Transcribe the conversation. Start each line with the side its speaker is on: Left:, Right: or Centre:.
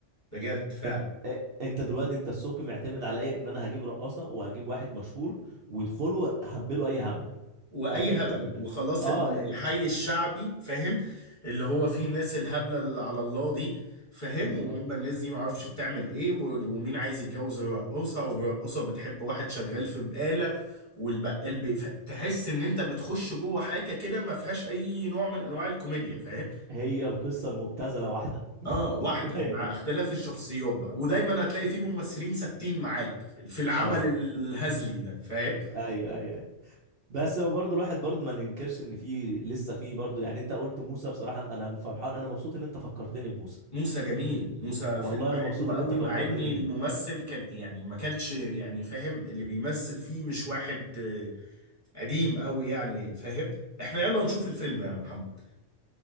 Left: بجد فعلا
Right: انت أ- انت دلوقتي انت السبكي معتمد على ايه ان انا هجيب رقاصة وهجيب واحد مشهور ويدخلوا هبلوا اي هبل
Left: واي
Right: <laughs>
Left: هبل وخلاص
Right: اه
Left: ال- الحي الشعبي فاهم اللي هو فيه الناس الهبله اللي على الله دي فاهم
Right: بالظبط
Left: وهم الناس دي معرفش بتعمل ايه و- ومين عايز يتجوز الرقاصه والرقاصه بتحب واحد شغال في بقاله والبقال بي... ف- تحس ان انت بتخش جوه حاجه كده ما فيهاش اي نوع من انواع الكوميديا فاهم
Right: هي القصة المبتذلة واحدة
Left: اه واحده
Right: غيرش
Left: مع اختلاف الشخصيات بقى ودايما هتلاقي فيه ممثلين ثابتين معاك في في العمل
Right: اه
Left: الهزلي ده فاهم
Right: ايوه ايوه ايوه بس هو برضه الواحد برضه ما ننكرش ان في لسه في برضه يعني انت قلت موسى بصراحه انا فرحان انا مبسوط ان انت فكرتني بموسى
Left: موسى جميل موسى
Right: والله
Left: فيلم
Right: انا
Left: حلو
Right: مبسوط ان
Left: قوي
Right: انت فكرتني
Left: مع ان الممثل
Right: بيه
Left: كان يعني ما كانش يعني فاهم اللي بيمثل فيه مش واحد آه، قديم قوي يعني فاهم احنا يلا نشوف الفيلم يا محمد